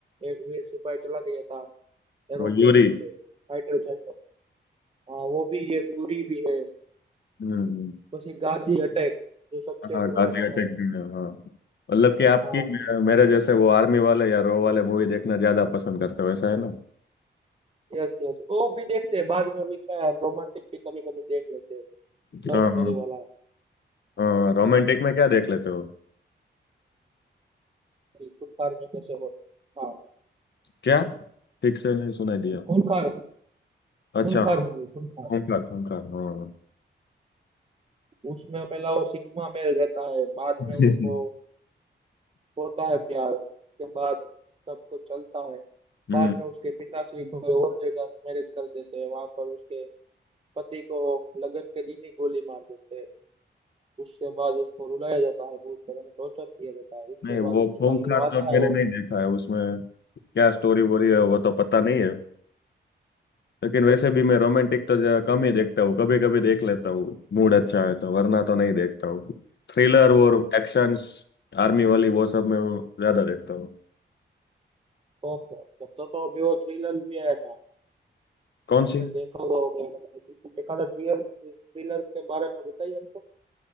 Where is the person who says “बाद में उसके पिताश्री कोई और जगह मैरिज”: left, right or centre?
Right